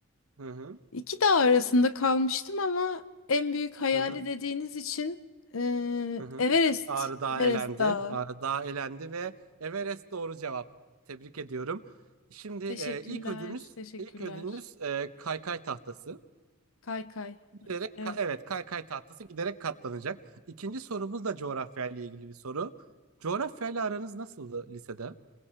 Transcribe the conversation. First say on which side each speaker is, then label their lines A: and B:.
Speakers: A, on the right (about 85°); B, on the left (about 70°).
A: Hı hı,
B: İki dağ arasında kalmıştım ama en büyük hayali
A: hı hı,
B: dediğiniz için eee,
A: hı hı.
B: Everest.
A: Ağrı Dağı
B: Everest
A: elendi.
B: Dağı.
A: Ağrı Dağı elendi ve Everest doğru cevap. Tebrik ediyorum. Şimdi
B: Teşekkürler,
A: e, ilk ödülünüz,
B: teşekkürler.
A: ilk ödülünüz e, kaykay tahtası.
B: Kaykay.
A: Giderek,
B: Evet.
A: ka- evet kaykay tahtası giderek katlanacak. İkinci sorumuz da coğrafyayla ilgili bir soru. Coğrafyayla aranız nasıldı lisede?